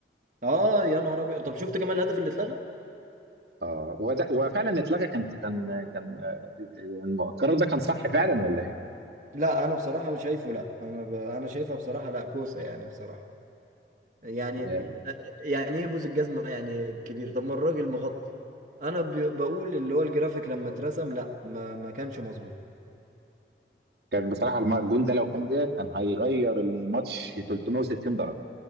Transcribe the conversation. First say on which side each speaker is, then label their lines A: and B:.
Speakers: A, on the right; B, on the right.
A: اه يا نهار ابيض طب شفت كمان الهدف اللي اتلغى
B: اه وده وفعلا اتلغى كان كان كان آه، يعني القرار ده كان صح فعلا ولا ايه؟
A: لا انا بصراحه شايفه لا انا ب... انا شايفها بصراحه لا كوسه يعني بصراحه يعني
B: آه،
A: يعني ايه بوز الجزمه يعني كبير طب ما الراجل مغطي انا ب... بقول اللي هو الجرافيك لما اترسم لا ما ما كانش مظبوط
B: كان بصراحه الم- الجون ده لو كان جه كان هيغير الماتش 360 درجه